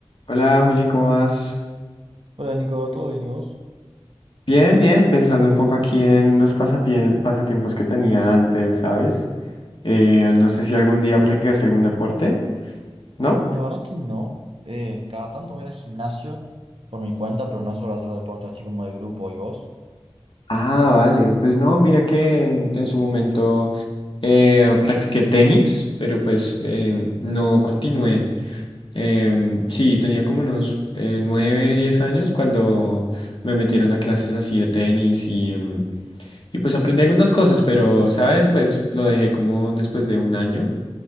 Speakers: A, on the left; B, on the right.
A: Hola Juli, ¿cómo vas?
B: Hola Nico, ¿todo bien y vos?
A: Bien, bien, pensando un poco aquí en los pasapie- pasatiempos que tenía antes, ¿sabes? Eh, no sé si algún día practicaste algún deporte, ¿no?
B: La verdad que no. Eh, cada tanto voy al gimnasio por mi cuenta, pero no suelo hacer deporte así como de grupo y vos.
A: Ah, vale. Pues no, mira que en, en su momento eh, practiqué tenis, pero pues em, no continué. Em, sí, tenía como unos eh, nueve, diez años cuando me metieron a clases así de tenis y, em, y pues aprendí algunas cosas, pero, ¿sabes? Pues lo dejé como después de un año.